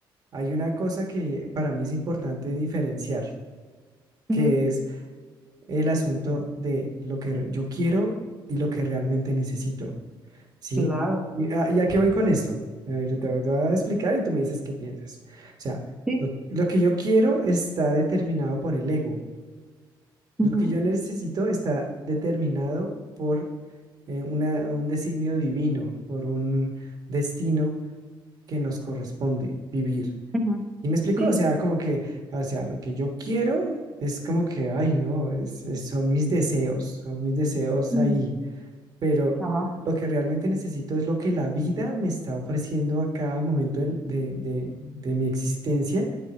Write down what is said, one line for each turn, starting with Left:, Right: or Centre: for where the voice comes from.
Right: Hay una cosa que para mí es importante diferenciar, que
Centre: Ujú,
Right: es el asunto de lo que re- yo quiero y lo que realmente necesito, ¿sí?
Centre: Claro.
Right: ¿Y a, y a qué voy con esto? A ver, te, voy te voy a explicar y tú me dices qué piensas. O sea,
Centre: Sí.
Right: lo, lo que yo quiero está determinado por el ego.
Centre: ujú,
Right: Lo que yo necesito está determinado por eh, una- un designio divino, por un destino que nos corresponde vivir.
Centre: ujú,
Right: Y me explicó,
Centre: Sí.
Right: o sea, como que, o sea, lo que yo quiero es como que, ay, no, es, es- son mis deseos, son mis deseos
Centre: ujú,
Right: ahí, pero
Centre: Ajá,
Right: lo que realmente necesito es lo que la vida me está ofreciendo a cada momento del- de, de- de mi existencia